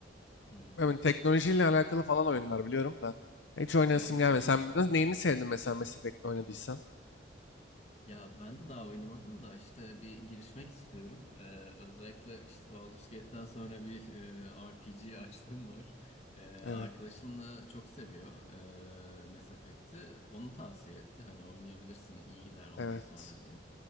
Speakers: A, on the left; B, on the left.
A: Hmm.
B: Ben teknolojiyle alakalı
A: O-
B: falan oyunlar biliyorum da. Hiç oynayasım
A: Hı hı.
B: gelmedi. Sen biraz neyini sevdin mesela Mass Effect'te oynadıysan?
A: Ya ben de daha oynamadım da işte bir girişmek istiyorum. Ee, özellikle işte Baldur's Gate'den sonra bir e, RPG açlığım var. Ee, arkadaşım
B: Evet,
A: da çok seviyor e, Mass Effect'i. Onu tavsiye etti. Hani oynayabilirsin iyi gider ondan
B: evet.
A: sonra diye.